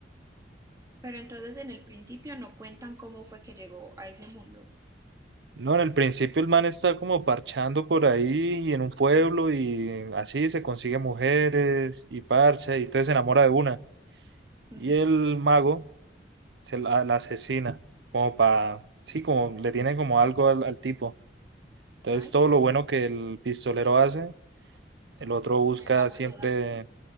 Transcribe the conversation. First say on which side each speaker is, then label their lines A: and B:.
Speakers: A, on the right (about 20°); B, on the right (about 80°).
A: Pero entonces en el principio no cuentan cómo fue que llegó a ese mundo.
B: No, en el principio el man está como parchando por ahí y en un pueblo y así se consigue mujeres y parcha y entonces se enamora de una.
A: Uh
B: Y
A: -huh.
B: el mago se la, la asesina, como para, sí, como le tiene como algo al, al tipo. Entonces
A: Ay,
B: todo lo bueno que el pistolero hace, el otro busca
A: el mago
B: siempre
A: lo daña.